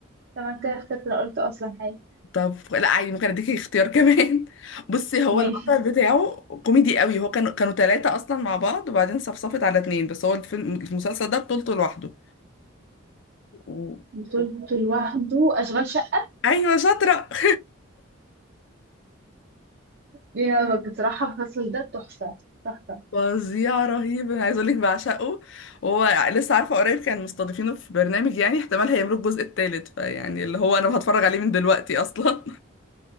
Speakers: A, on the right; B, on the left.
A: طبعا كده اخترت لو قلت اصلا حاجة
B: طب لا عادي ممكن اديكي اختيار كمان <laughs> بصي هو
A: ماشي
B: البطل بتاعه كوميدي قوي هو كانوا كانوا ثلاثة اصلا مع بعض وبعدين صفصفت على اتنين بس هو الفيلم المسلسل ده بطولته لوحده و...
A: بطولته
B: و-
A: لوحده اشغال شقة
B: ايوه شاطرة <laughs>
A: يا بصراحة الفصل ده تحفة تحفة
B: فظيع رهيب انا عايز اقول لك بعشقه هو لسه عارفة قريب كان مستضيفينه في برنامج يعني احتمال هيعملوا الجزء الثالث فيعني اللي هو انا هتفرج عليه من دلوقتي اصلا